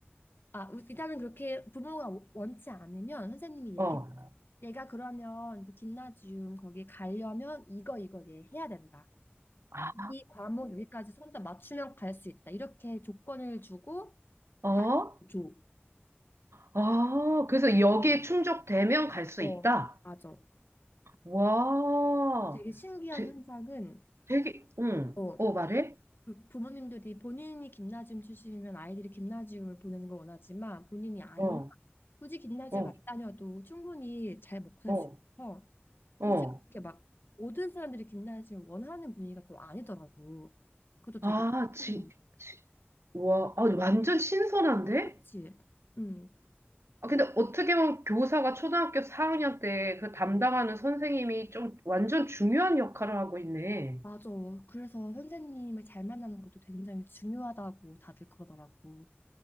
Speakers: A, on the left; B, on the right.
A: 아, 우- 일단은 그렇게 부모가 원- 원치 않으면 선생님이 얘기,
B: 어.
A: 얘가 그러면 그 gymnasium 거기 가려면 이거, 이거 얘 해야 된다.
B: 아,
A: 이 과목 여기까지 혼자 맞추면 갈 수 있다. 이렇게 조건을 주고,
B: 어?
A: 가, 줘.
B: 아, 그래서 여기에 충족되면 갈 수
A: 어,
B: 있다.
A: 맞아.
B: 와,
A: 되게 신기한
B: 되,
A: 현상은,
B: 되게, 응,
A: 어,
B: 어, 말해?
A: 부- 부모님들이 본인이 김나지움 출신이면 아이들이 김나지움을 보내는 걸 원하지만 본인이 아니면
B: 어,
A: 굳이 김나지움
B: 어,
A: 안 다녀도 충분히 잘 먹고 살
B: 어,
A: 수 있어서
B: 어.
A: 굳이 그렇게 막 모든 사람들이 김나지움 원하는 분위기가 또 아니더라고. 그것도 되게
B: 아, 지,
A: 신기해.
B: 지, 와, 아, 완전 신선한데?
A: 그치? 응.
B: 아, 근데 어떻게 보면 교사가 초등학교 4학년 때 그 담당하는
A: 어,
B: 선생님이 좀 완전 중요한 역할을 하고 있네.
A: 맞아. 그래서 선생님을 잘 만나는 것도 굉장히 중요하다고 다들 그러더라고.